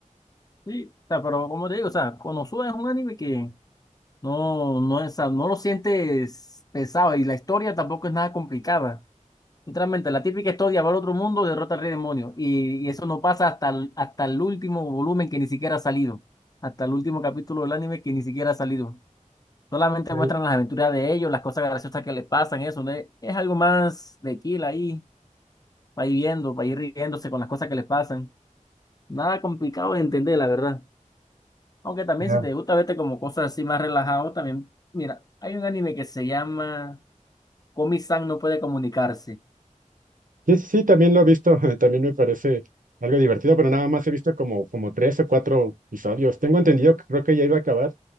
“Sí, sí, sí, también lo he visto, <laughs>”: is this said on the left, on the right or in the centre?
Right